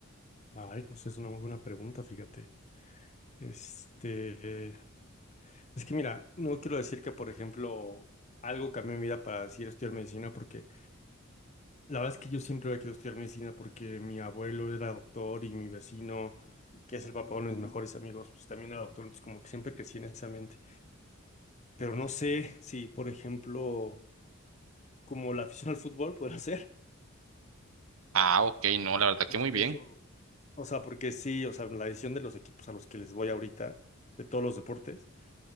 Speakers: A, on the left (about 35°); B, on the right (about 80°).
A: Ay, pues es una muy buena pregunta, fíjate. Este, eh, es que mira, no quiero decir que, por ejemplo, algo cambió mi vida para decir estudiar medicina, porque la verdad es que yo siempre había querido estudiar medicina porque mi abuelo era doctor y mi vecino, que es el papá de uno de mis mejores amigos, pues también era doctor, entonces como que siempre crecí en ese ambiente. Pero no sé si, por ejemplo, como la afición al fútbol podrá <laughs> ser.
B: Ah, ok, no, la verdad que
A: Es
B: muy
A: que
B: bien.
A: eso. O sea, porque sí, o sea, la decisión de los equipos a los que les voy ahorita, de todos los deportes,